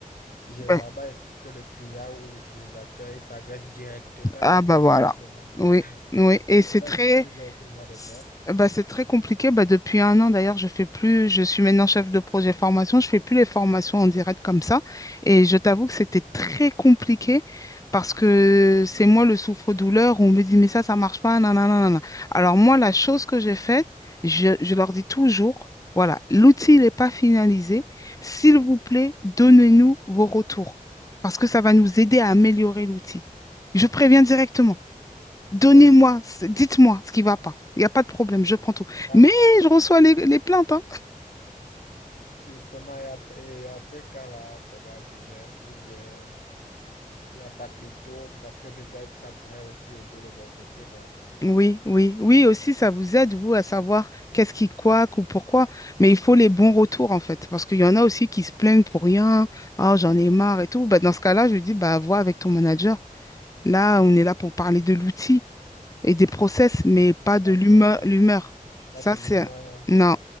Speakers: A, on the left (about 75°); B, on the left (about 20°).
A: Généralement,
B: Ben,
A: c'est que le client ou l'utilisateur, il s'adresse directement à
B: ah
A: la personne
B: bah voilà.
A: qui demande.
B: Oui,
A: <laughs>
B: oui. Et
A: Comment
B: c'est très,
A: est-ce que tu gères ce genre de
B: S-
A: cas?
B: Bah, c'est très compliqué. Bah, depuis un an, d'ailleurs, je fais plus, je suis maintenant chef de projet formation. Je fais plus les formations en direct comme ça. Et je t'avoue que c'était très compliqué parce que c'est moi le souffre-douleur. On me dit, mais ça, ça marche pas. nanana, nanana. Alors, moi, la chose que j'ai faite, je, je leur dis toujours, voilà, l'outil n'est pas finalisé. S'il vous plaît, donnez-nous vos retours parce que ça va nous aider à améliorer l'outil. Je préviens directement. Donnez-moi,
A: Ouais, c'est-
B: ce- dites-moi ce qui va pas. Il n'y a pas de problème, je prends tout.
A: ah,
B: Mais je reçois les, les plaintes, hein.
A: justement, et après, et à ce cas-là, comment tu gères? Ou bien, il n'y a pas de méthode parce que peut-être ça pourrait aussi aider de mon côté, quoi.
B: Oui, oui, oui, aussi, ça vous aide, vous, à savoir qu'est-ce qui coaque ou pourquoi. Mais il faut les bons retours, en fait. Parce qu'il y en a aussi qui se plaignent pour rien. Ah, j'en ai marre et tout. Bah, dans ce cas-là, je lui dis, bah, vois avec ton manager. Là, on est là pour parler de l'outil et des process, mais pas de
A: Pas
B: l'humeur,
A: de,
B: l'humeur.
A: pas
B: Ça,
A: de l'humain.
B: c'est... Non.